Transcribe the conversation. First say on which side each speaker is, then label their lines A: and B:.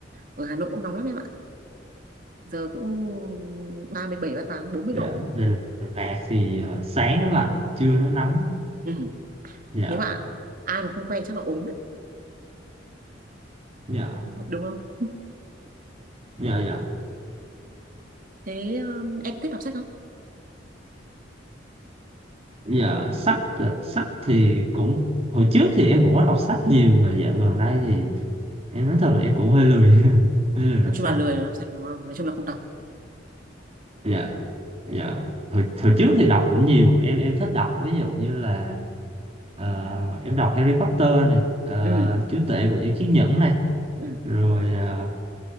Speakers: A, on the right; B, on the right.
A: ở Hà Nội cũng nóng lắm em ạ giờ cũng ba mươi bảy ba mươi tám bốn mươi
B: dạ
A: độ ấy
B: Đà Lạt thì ờ, sáng nó lạnh trưa nó nóng
A: ừ.
B: dạ
A: nếu mà ai mà không quen chắc là ốm đấy
B: dạ
A: đúng không <laughs>
B: dạ dạ
A: thế um, em thích đọc sách
B: dạ sách dạ, sách thì cũng hồi trước thì em cũng có đọc sách nhiều mà dạo gần đây thì em nói thật là em cũng hơi lười <laughs> hơi lười đọc
A: Nói chung
B: sách
A: là lười đọc sách đúng không? Nói chung là không đọc.
B: dạ dạ hồi, hồi trước thì đọc cũng nhiều em em thích đọc ví dụ như là ờ, em đọc Harry Potter này ờ,
A: ừ
B: Chúa tể của những chiếc nhẫn này
A: ừ
B: rồi ờ,